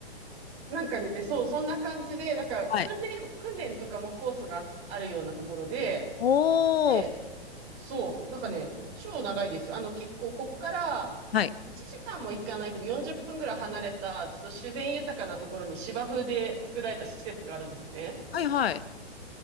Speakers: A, on the right; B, on the left.
A: <laughs> なんかね、そう、そんな感じで、なんか、
B: はい。
A: 訓練、訓練とかもコースがあるようなところで、
B: おー。
A: で、そう、なんかね、超長いですよ。あの、結構、こっから、
B: はい。
A: 1時間も行かないけど、40分ぐらい離れた、ちょっと自然豊かなところに芝生で作られた施設があるんですね。
B: はいはい。